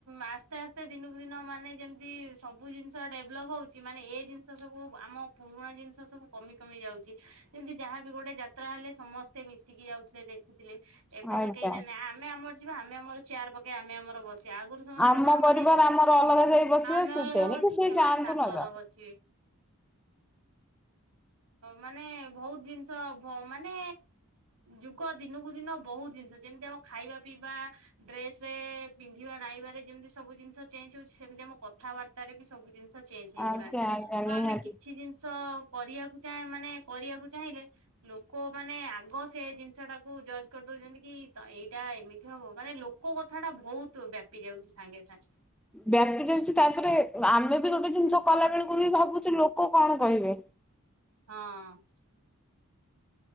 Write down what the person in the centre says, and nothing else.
ଆଜ୍ଞା
ଆମ
ପରିବାର
ଆମର ଅଲଗା ଯାଇ ବସିବେ
ସେ
ତେଣିକି
ସେ
ଯାଆନ୍ତୁ
ନ ଯାଆନ୍ତୁ।
ଆଜ୍ଞା ଆଜ୍ଞା
ନିହାତି
ବ୍ୟାପି ଯାଉଛି ତାପରେ ଆମେ ବି ଗୋଟେ ଜିନିଷ କଲା ବେଳକୁ ବି ଭାବୁଛୁ ଲୋକ କଣ କହିବେ।